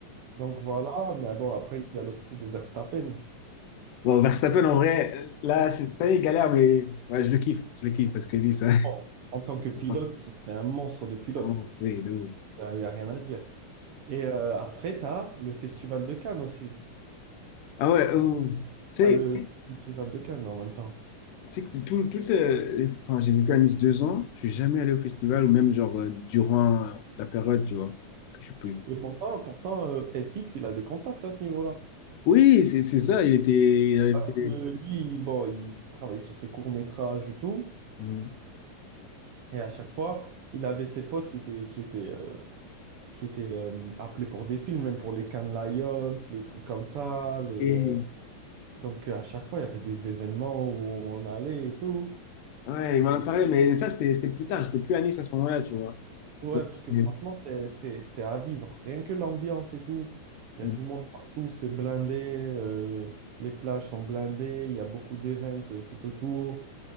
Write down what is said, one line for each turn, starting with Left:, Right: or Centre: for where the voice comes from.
Right: Donc voilà, mais bon, après, il y a l'autre fou de Verstappen.
Left: Bon, Verstappen, en vrai, là, c'est- cette année, il galère, mais ouais, je le kiffe. Je le kiffe parce que lui, ça.
Right: Bon, en tant
Left: <laughs>
Right: que pilote, c'est c'est un monstre de pilote.
Left: Vraiment, c'est de ouf.
Right: Il n'y a, y a rien à dire. Et euh, après, tu as le Festival de Cannes aussi.
Left: Ah ouais, oh. Tu
Right: T'as
Left: sais,
Right: le
Left: tu
Right: Festival de Cannes en même temps.
Left: sais que tout, tout le- enfin, j'ai vécu à Nice deux ans, je suis jamais allé au festival ou même genre euh, durant euh, la période, tu vois, que je suis plus.
Right: Et pourtant, pourtant euh, FX, il a des contacts à ce niveau-là.
Left: Oui, c'est c'est ça, il était, il avait
Right: Parce
Left: fait.
Right: que lui, bon, il travaillait sur ses courts-métrages et tout.
Left: Mm.
Right: Et à chaque fois, il avait ses potes qui étaient, qui étaient, euh, qui étaient euh, appelés pour des films, même pour les Cannes Lions, les trucs comme ça. Les,
Left: et-
Right: euh, Donc à chaque fois, il y avait des événements où on allait et tout.
Left: ouais, il m'en a parlé, mais ça, c'était c'était plus tard, j'étais plus à Nice à ce moment-là, tu vois.
Right: Ouais, parce que
Left: Mm.
Right: franchement, c'est, c'est, c'est à vivre. Rien que l'ambiance et tout. Il y
Left: Mm.
Right: a du monde partout, c'est blindé, euh, les plages sont blindées, il y a beaucoup d'events euh, tout autour.